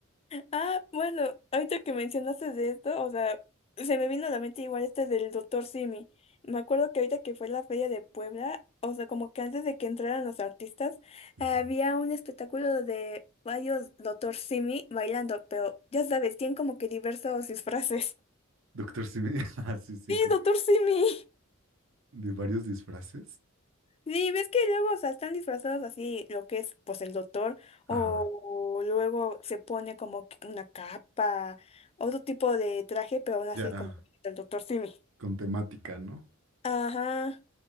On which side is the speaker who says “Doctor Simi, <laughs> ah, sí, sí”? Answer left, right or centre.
Right